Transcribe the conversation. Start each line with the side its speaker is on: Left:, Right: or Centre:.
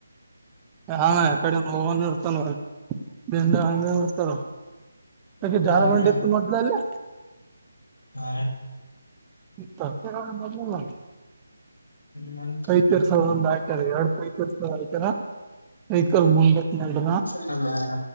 Right: ಅಣ್ಣ ಆ ಕಡೆ ಇಂದ ನೋ ಇರ್ತಾನ ಬೆಂದ ಹಂಗ ಇರ್ತಾರ
Left: ಹಂಗರ್
Right: ಯಾಕೆ ಜಾರ ಬಂಡಿ ಇತ್ತು ಮೊದ್ಲಲ್ಲಿ
Left: ಹ
Right: ಹ್ಮ್
Left: ಹ
Right: ಕೈ ತರ್ಸೋದ ಒಂದ್ ಹಾಕ್ಯಾರ ಎರಡ್ ಕೈ ತರ್ಸೋದ ಹಾಕ್ಯಾರ ಸೈಕಲ್ ಮುಂದಕ್ ನಡನ
Left: ಚಸಾರ